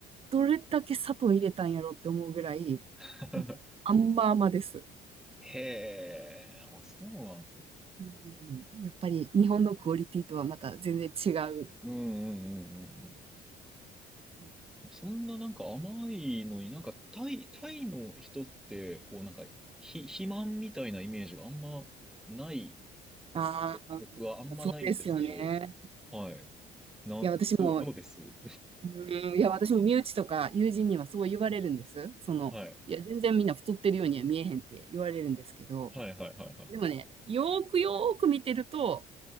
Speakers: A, on the right (about 35°); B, in the centre.
A: どれだけ砂糖入れたんやろって思うぐらい、
B: <laughs>
A: もう甘々です。
B: へえ、あ、そうなんですね。
A: うん、やっぱり日本のクオリティとはまた全然違う。
B: うんうんうんうん
A: ね、
B: うん。そんななんか甘いのになんかタイ、タイの人ってこうなんかひ、肥満みたいなイメージがあんまない、
A: ああ、
B: ぼ僕はあんまないんですけど、
A: そうですよね。
B: はい。な、
A: いや、私も、
B: どう、どうです <laughs>
A: うん、いや、私も身内とか友人にはそう言われるんです。その、
B: はい。
A: いや、全然みんな太ってるようには見えへんって言われるんですけど、
B: はいはいはいはい。
A: でもね、よーくよーく見てると、